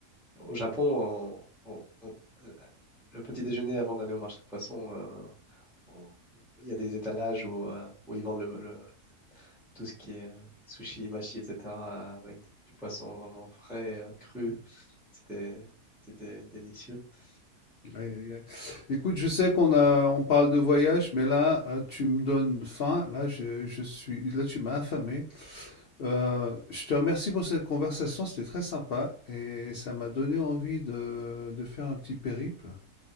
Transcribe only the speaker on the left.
Aïe,
aïe, aïe. Écoute, je sais qu'on a, on parle de voyage, mais là, euh, tu me donnes faim. Là, je, je suis, là, tu m'as affamé. Euh, je te remercie pour cette conversation, c'était très sympa et ça m'a donné envie de, de faire un petit périple.